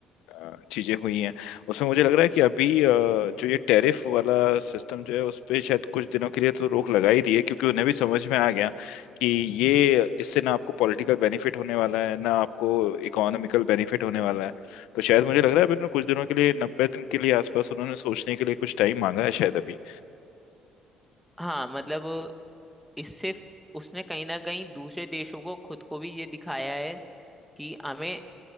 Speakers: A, on the left; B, in the centre.
A: अ, चीजें हुई हैं उसमें मुझे लग रहा है कि अभी अ, जो ये टैरिफ वाला सिस्टम जो है उस पे शायद कुछ दिनों के लिए तो रोक लगा ही दी है क्योंकि उन्हें भी समझ में आ गया कि ये इससे ना आपको पॉलिटिकल बेनिफिट होने वाला है ना आपको इकोनॉमिकल बेनिफिट होने वाला है तो शायद मुझे लग रहा है अभी उन्होंने कुछ दिनों के लिए नब्बे दिन के लिए आसपास उन्होंने सोचने के लिए कुछ टाइम मांगा है शायद अभी
B: हाँ मतलब इससे उसने कहीं ना कहीं दूसरे देशों को खुद को भी ये दिखाया है कि हमें